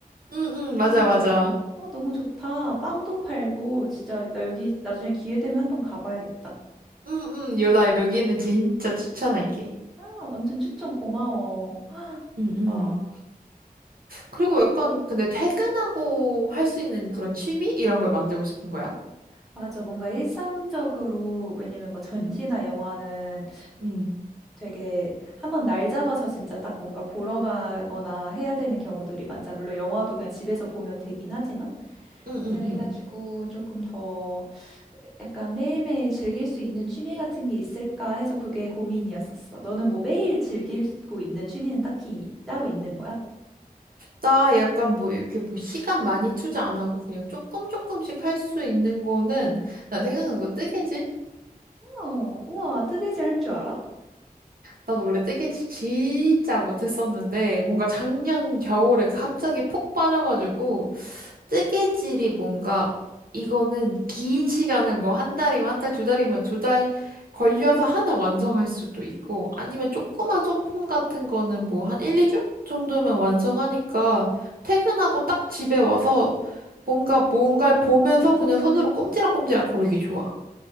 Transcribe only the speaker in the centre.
어,
지- 어, 너무 좋다. 빵도 팔고, 진짜, 나 여기 나중에 기회 되면 한번 가봐야겠다.
아, 완전 추천 고마워.
아,
맞아. 뭔가 일상적으로, 왜냐면 뭐 전시나
영화는
되게 한번 날 잡아서 진짜 딱 뭔가 보러 가거나 해야 되는 경우들이 많잖아. 물론 영화도 그냥 집에서 보면 되긴 하지만.
그래가지고
조금 더 약간 매일매일 즐길 수 있는 취미 같은 게 있을까 해서 그게 고민이었었어. 너는 뭐 매일 즐기고 있는 취미는 딱히 따로 있는 거야?
어, 우와, 뜨개질 할 줄 알아?